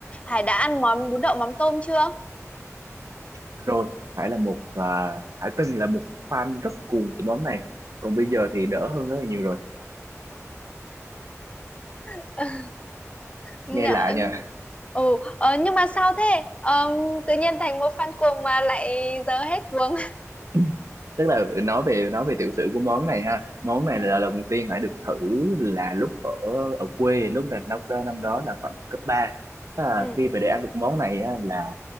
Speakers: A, on the left (about 20°); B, on the right (about 70°).
A: Hải đã ăn món bún đậu mắm tôm chưa?
B: rồi Hải là một à, Hải từng là một fan rất cuồng của món này còn bây giờ thì đỡ hơn rất là nhiều rồi
A: <laughs> Dạ,
B: nghe lạ nha
A: Ừ, ờ, nhưng mà sao thế? Ờ, tự nhiên thành một fan cuồng mà lại giờ hết cuồng.
B: <clears throat> tức là nói về nói về tiểu sử của món này ha món này
A: Ừ,
B: là lần đầu tiên Hải được thử là lúc ở ở quê lúc là năm đó năm đó là khoảng cấp ba tức là
A: ừ,
B: khi
A: ừ.
B: mà để ăn được món này á, là